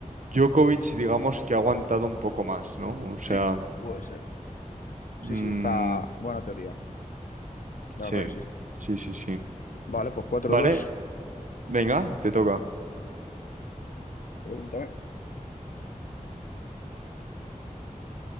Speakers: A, on the right (about 65°); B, on the left (about 75°).
A: Djokovic, digamos que ha aguantado un poco más, ¿no? O sea,
B: Sí, puede ser. Sí,
A: mm,
B: sí, está buena teoría, la
A: sí,
B: verdad que sí.
A: sí, sí, sí.
B: Vale, pues cuatro
A: Vale,
B: dos.
A: venga, te toca.
B: Pregúntame.